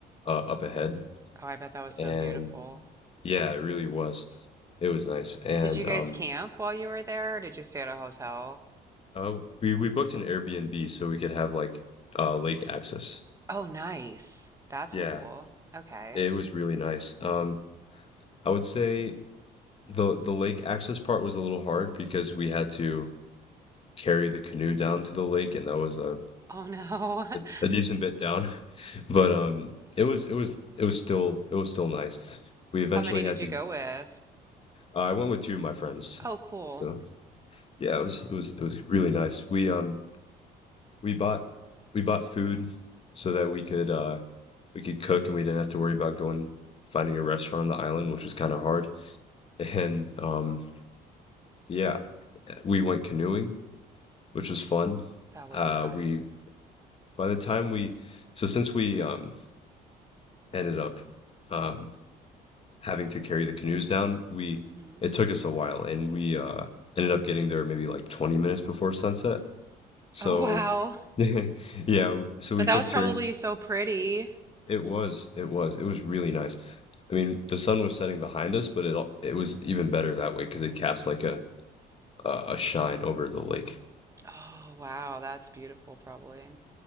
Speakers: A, on the left; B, on the right.
A: uh, up ahead.
B: Oh, I bet that was so
A: And
B: beautiful.
A: Yeah, it really was. It was nice. And
B: Did you guys
A: um
B: camp while you were there, or did you stay at a hotel?
A: uh we we booked an Airbnb so we could have like uh lake access.
B: Oh, nice. That's
A: Yeah,
B: cool. Okay.
A: it was really nice. Um I would say the the lake access part was a little hard because we had to carry the canoe down to the lake and that was a
B: Oh no.
A: a,
B: <laughs>
A: a decent bit down. <laughs> But um it was it was it was still it was still nice. We eventually
B: How many did
A: had
B: you
A: to
B: go with?
A: uh, I went with two of my friends.
B: Oh, cool.
A: So yeah, it was it was it was really nice. We um we bought we bought food so that we could uh we could cook and we didn't have to worry about going finding a restaurant on the island, which was kind of hard. <laughs> And um yeah, we went canoeing, which was fun.
B: That would
A: Uh
B: be fun.
A: we by the time we so since we um ended up um having to carry the canoes down, we
B: hmm
A: it took us a while and we uh ended up getting there maybe like 20 minutes before sunset. So
B: Oh, wow.
A: <laughs> yeah, so
B: But
A: we
B: that
A: took
B: was
A: turns
B: probably so pretty.
A: It was, it was, it was really nice. I mean, the sun was setting behind us, but it al- it was even better that way because it cast like a a a shine over the lake.
B: Oh, wow. That's beautiful, probably.